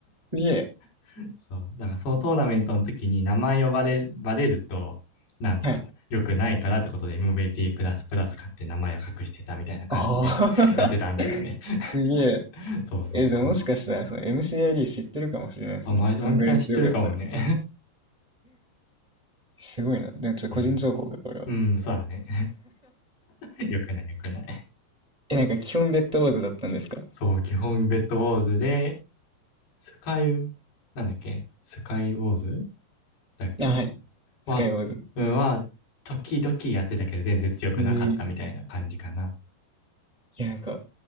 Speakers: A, on the right (about 85°); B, on the left (about 65°).
A: すげえ。
B: <laughs> そう。だからそのトーナメントの時に名前をバレ、バレると、なんか、
A: はい。
B: 良くないからってことで MVP++ プラスプラス買って名前を隠してたみたいな感じでやってたんだよね。
A: ああ。<laughs> すげえ。
B: <laughs> そうそうそう。
A: え、じゃあもしかしたら、その MCID 知ってるかもしれないですね。
B: あ、まワンチャン知ってるかもね。
A: そんぐらい強かったら。すごいな。でもちょっと個人情報がこれは。
B: <laughs> えーうん、そうだね。<laughs> 良くない良くない。
A: え、なんか基本ベッドウォーズだったんですか
B: そう、基本ベッドウォーズで、スカイ、なんだっけスカイウォーズだっけ
A: あ、はい。
B: は、
A: スカイウォーズ。
B: うん、は、時々やってたけど全然強くなかったみたいな感じかな。
A: えーいや、なんか、